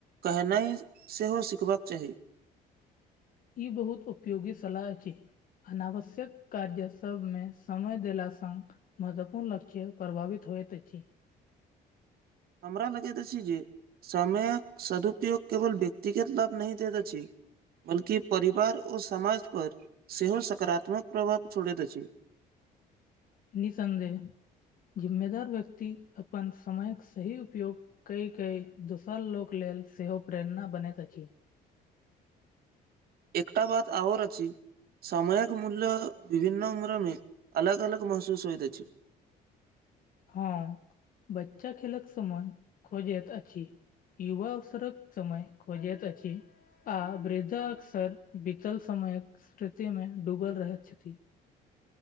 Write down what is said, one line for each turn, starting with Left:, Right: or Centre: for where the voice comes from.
Right: कहनाइ सेहो सिखबाक चाही
Left: इ बहुत उपयोगी सलाह अछि अनावश्यक कार्य सभमे समय देला सँ महत्वपूर्ण लक्ष्य प्रभावित होइत अछि
Right: हमरा लगैत अछि जे समयक सदुपयोग केवल व्यक्तिगत लाभ नहि दैत अछि बल्कि परिवार ओ समाज पर सेहो सकारात्मक प्रभाव छोड़ैत अछि
Left: निःसन्देह जिम्मेदार व्यक्ति अपन समयक सही उपयोग कई कई दोसर लोक लेल सेहो प्रेरणा बनैत अछि
Right: एकटा बात आओर अछि समयक मूल्य विभन्न उम्रमे अलग अलग महसूस होइत अछि
Left: हां बच्चा खेलक समय खोजैत अछि युवा अवसरक समय खोजैत अछि आ वृद्धा अक्सर बीतल समयक स्मृतिमे डूबल रहैत छथि